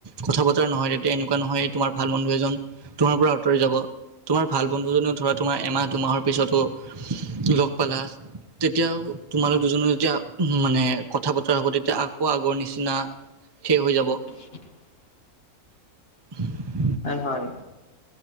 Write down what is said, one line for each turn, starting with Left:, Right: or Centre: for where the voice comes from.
Right: কথা বতৰা নহয় তেতিয়া এনেকুৱা নহয় তোমাৰ ভাল বন্ধু এজন তোমাৰ পৰা আঁতৰি যাব। তোমাৰ ভাল বন্ধু জনেও ধৰা তোমাৰ এমাহ দুমাহৰ পিছতো লগ পালা তেতিয়াও তোমালোক দুজনে যেতিয়া মানে কথা বতৰা হব তেতিয়া আকৌ আগৰ নিচিনা শেষ হৈ যাব।
Left: <inaudible>
Right: <inaudible>
Left: হয় হয়